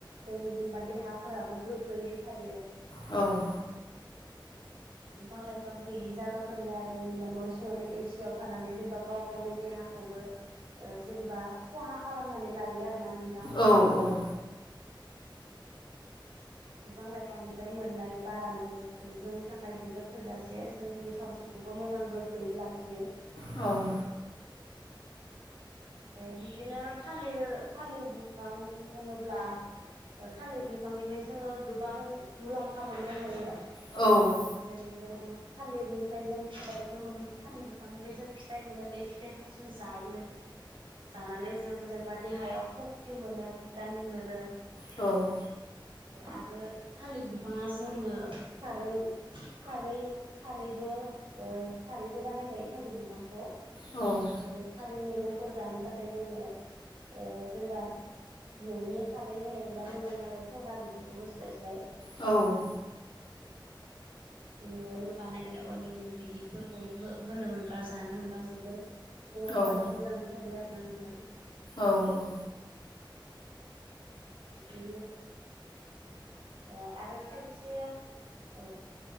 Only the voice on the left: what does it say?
औ
औ औ
औ
औ
औ
औ
औ
औ औ
औ औ